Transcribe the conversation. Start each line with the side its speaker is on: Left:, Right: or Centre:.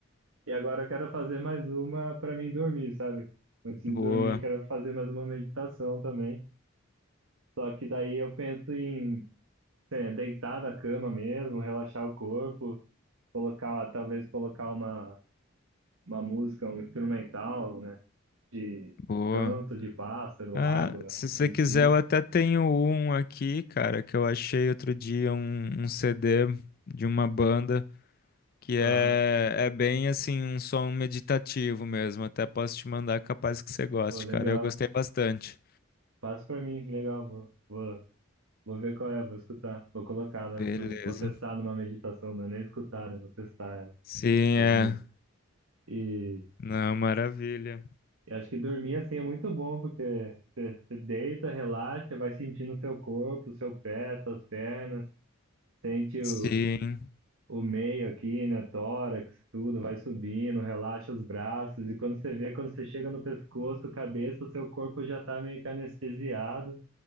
Right: e agora eu quero fazer mais uma pra mim dormir, sabe? Antes de
Left: Boa,
Right: dormir, eu quero fazer mais uma meditação também, só que daí eu penso em É, deitar na cama mesmo, relaxar o corpo, colocar, talvez colocar uma, uma música, um instrumental, né? De
Left: boa.
Right: canto de pássaro,
Left: Ah,
Right: água
Left: se você
Right: em
Left: quiser,
Right: si.
Left: eu até tenho um aqui, cara, que eu achei outro dia um, um CD de uma banda. Que
Right: Aham,
Left: é, é bem assim, um som meditativo mesmo. Até posso te mandar, capaz que você goste,
Right: Pô, legal.
Left: cara. Eu gostei bastante.
Right: Passa pra mim, legal. Vou, vou, vou ver qual é, vou escutar, vou colocar, né?
Left: Beleza.
Right: num- vou testar numa meditação, não é nem escutar, né? Vou testar ela,
Left: Sim,
Right: as
Left: é.
Right: músicas. E,
Left: Não, maravilha.
Right: e acho que dormir assim é muito bom, porque você você deita, relaxa, vai sentindo o seu corpo, o seu pé, suas pernas sente o,
Left: Sim,
Right: o meio aqui, né? Tórax, tudo, vai subindo, relaxa os braços, e quando você vê, quando você chega no pescoço, cabeça, o seu corpo já tá meio que anestesiado,